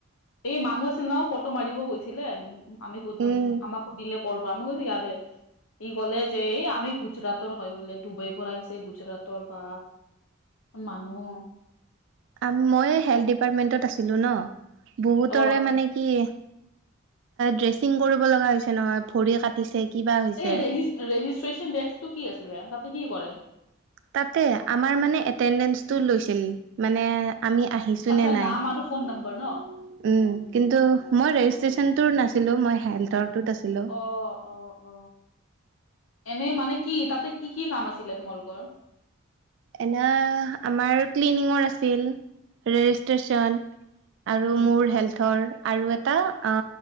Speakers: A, on the left; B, on the right.
A: এই মানুহ আছিল ন ফটো মাৰিব কৈছিলে। আমি <unintelligible>
B: উম
A: আমাক সুদিলে ক'ৰবা আমি কৈছো ইয়াতে। ই কলে যে এই আমি গুজৰাটৰ হয় বোলে ডুবাইৰ পৰা আহিছে গুজৰাটৰ বা। মানুহ
B: আ মই হেল্থ ডিপাৰ্টমেন্টত আছিলো ন, বহুতৰে
A: অ
B: মানে কিহ, ড্ৰেচিং কৰিব লগা হৈছে নহয় ভৰি কাটিছে। কিবা হৈছে
A: এই ৰেজিচ ৰেজিষ্ট্ৰচন ডেস্কটো কি আছিলে তাতে কি কৰে?
B: তাতে আমাৰ মানে এটেণ্ডেঞ্চটো লৈছিল মানে আমি আহিছোঁ
A: আচ্ছা
B: নে নাই।
A: নাম আৰু ফোন
B: উম,
A: নম্বৰ ন
B: কিন্তু মই ৰেজিষ্ট্ৰেশচনটোৰ নাছিলো মই হেল্থৰটোত আছিলো।
A: অ, অ, অ, এনে মানে কি তাতে কি কি কাম আছিলে তোমালোকৰ?
B: এনে আমাৰ ক্লিনিঙৰ আছিল, ৰেজিষ্ট্ৰেশচন আৰু
A: উম,
B: মোৰ হেল্থৰ আৰু এটা আ